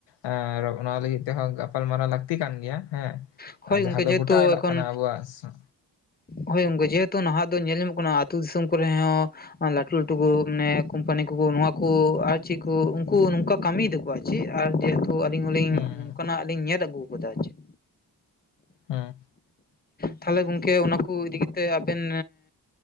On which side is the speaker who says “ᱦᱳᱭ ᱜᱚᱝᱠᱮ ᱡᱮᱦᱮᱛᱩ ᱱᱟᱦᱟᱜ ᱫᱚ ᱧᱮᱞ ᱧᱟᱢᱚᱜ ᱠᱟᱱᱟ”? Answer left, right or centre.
Left